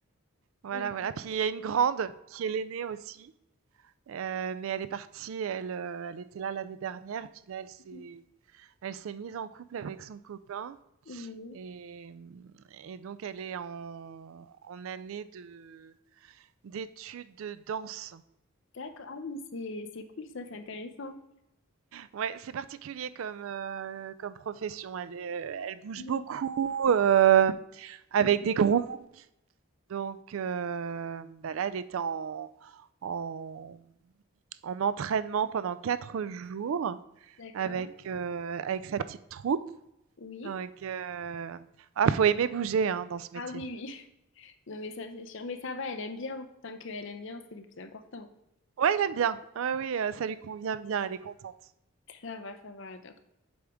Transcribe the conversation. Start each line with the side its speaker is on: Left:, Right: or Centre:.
Right: Voilà,
Left: Et...
Right: voilà. Puis il y a une grande qui est l'aînée aussi, Heu, mais elle est partie, elle, heu, elle était là l'année dernière, puis là, elle s'est
Left: mhm,
Right: elle s'est mise en couple avec son copain
Left: mhm.
Right: et mmh et donc elle est en en année de d'études de danse.
Left: D'accord. Ah oui, c'est c'est cool, ça, c'est intéressant.
Right: Ouais, c'est particulier comme, heu, comme profession. Elle est, elle bouge
Left: Mhm,
Right: beaucoup, heu, avec
Left: mhm.
Right: des groupes, donc heu, bah, là, elle était en en en entraînement pendant quatre jours
Left: D'accord.
Right: Avec, heu, avec sa petite troupe,
Left: Oui.
Right: donc heu, ah, faut aimer bouger, hein, dans ce
Left: Ah
Right: métier.
Left: oui, oui. Non, mais ça, c'est sûr. Mais ça va, elle aime bien. Tant qu'elle aime bien, c'est le plus important.
Right: Ouais, il aime bien. Ouais, oui, heu, ça lui convient bien, elle est contente.
Left: Ça va, ça va alors.